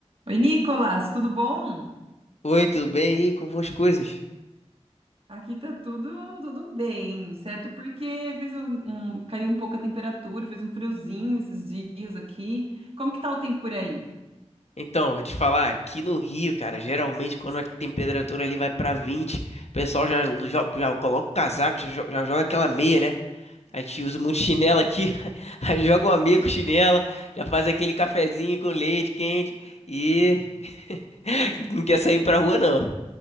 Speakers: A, on the right (about 55°); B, on the left (about 70°).
A: Oi, Nicolas, tudo bom?
B: Oi, tudo bem? E aí, como vão as coisas?
A: Aqui tá tudo tudo bem, certo? Porque fez um, um- caiu um pouco a temperatura, fez um friozinho esses dias aqui. Como que tá o tempo por aí? <laughs>
B: Então, vou te falar, aqui no Rio, cara, geralmente quando a temperatura ali vai pra 20, o pessoal já, já, já coloca o casaco, já, jo- já joga aquela meia, né? A gente usa muito chinelo aqui, <laughs> aí joga uma meia com chinela, já faz aquele cafezinho com leite quente e <laughs> não quer sair pra rua não.